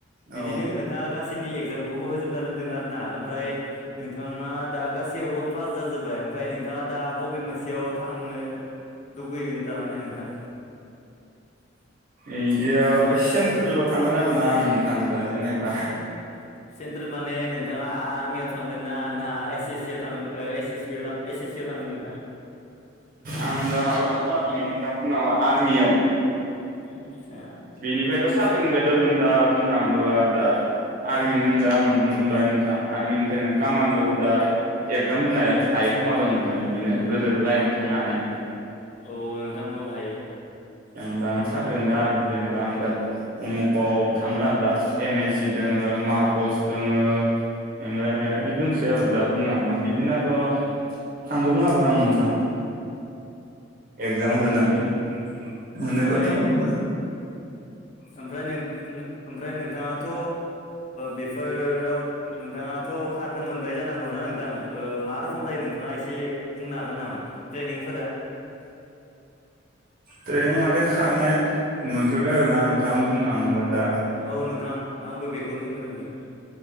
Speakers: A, on the right (about 45°); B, on the left (about 35°).
A: औ
B: बिदिनो नोंथाङा गासैनि एगजामखौबो होजोबना दोन्दों आरो ना ओमफ्राय नोंथां ना दा बो पास जाजोबबाय ओमफ्राय नोंथाङा दा बबे मोनसेयाव थांनो लुगैगोन थारमाने नोंथां
A: इदियाव सेन्ट्रेलाव थांगोन आरो ना आं नोंथां दा जेनेबा
B: <unintelligible> सेन्ट्रेल माने नोंथाङा आर्मियाव थांगोन ना नोंथाङा एस एस सि आव थांगोन एस एस बि आव थांगोन एस एस सि आव थांगोन नोंथां
A: आं दा माबायाव थांगोन आरो ना <unintelligible> आर्मियाव
B: आदसा
A: बिनिफ्रायथ' साख्रिनिफ्रायथ' नों दा बुंनो थाङोबा दा आरमि नों दा मोनबाय नोंथां आरमिनिफ्राय नों कामान्द'वावबो दाय एगजाम होनो हायो खोमा थ' नोंथां बिदिनो गोदोर लाइनाव थांनो हानाय
B: औ नोंथां औ हायो
A: औ दा आं साख्रि मोनबा आरमि जेनेबा आं दा उमुखाव थांगोन आरो दा एन ए सि दङो मारकस दङो <unintelligible> दंसै आरो दा बुंनो थाङोबा बिदिनो आरो थांगौमोन आरो ना नोंथां एगजाम होनानै मोनोबथ'
B: ओमफ्राय
A: मो
B: ओमफ्राय नों ओमफ्राय नोंथाङाथ' बेफोराव नोंथाङाथ' खारनो मोनबाय जानांगौना नोंथां मा रखम जायो नोंथाङा एसे बुंनो हागोन नामा ट्रेनिंफोरा
A: ट्रेनिं नङा दे खारनाय मोनफेरबाय आरो ना नोंथां बुंनो थाङोबा दा
B: औ नोंथां आंबो बेखौनो सोंदों नोंथां